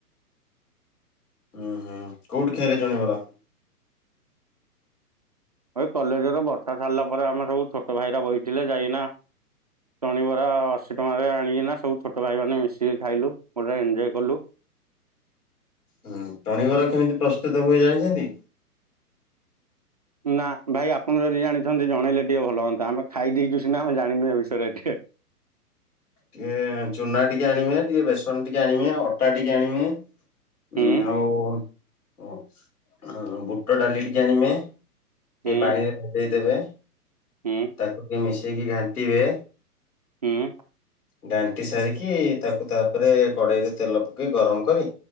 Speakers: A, on the left; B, on the right.
A: ଉୁଁ ହୁଁ କୋଉଠି ଖାଇଲେ ଜଣିଆ ବରା।
B: ଏଇ କଲେଜରେ ବର୍ଷା ଛାଡିଲା ପରେ। ଆମର ସବୁ ଛୋଟ ଭାଇରା ବଇଥିଲେ ଯାଇକିନା ଚଣିବରା ଅଶୀ ଟଙ୍କାରେ ଆଣିକିନା ସବୁ ଛୋଟ ଭାଇ ମାନେ ମିଶିକି ଖାଇଲୁ ପୁରା ଏନଜୟ କଲୁ। <inaudible>
A: ହୁଁ ଟଣିବରା କେମିତି ପ୍ରସ୍ତୁତ ହୁଏ ଜାଣିଛନ୍ତି।
B: ନା ଭାଇ ଆପଣ ଯଦି ଜାଣିଛନ୍ତି ଜଣେଇଲେ ଟିକେ ଭଲ ହୁଅନ୍ତା। ଆମେ ଖାଇ ଦେଇଛୁ ସିନା ଆମେ ଜାଣିନୁ ଏ ବିଷୟରେ ଟିକେ। <inaudible>
A: ଟିକେ ଚୁନା ଟିକେ ଆଣିମେ ଟିକେ ବେସନ ଟିକେ ଆଣିମେ ଅଟା ଟିକେ ଆଣିମେ।
B: ହୁଁ
A: ଉଁ ଆଉ ଅଁ ବୁଟ ଡାଲି ଟିକେ ଆଣିମେ। ଟିକେ
B: ହୁଁ
A: ପାଣିରେ ଭେଦେଇଦେବେ।
B: ହୁଁ
A: ତାକୁ ଟିକେ ମିଶେଇକି ଘାଣ୍ଟିବେ।
B: ହୁଁ।
A: ଗାଣ୍ଟି ସାରିକି ତାକୁ ତାପରେ କଡେଇରେ ତେଲ ପକେଇ ଗରମ କରି।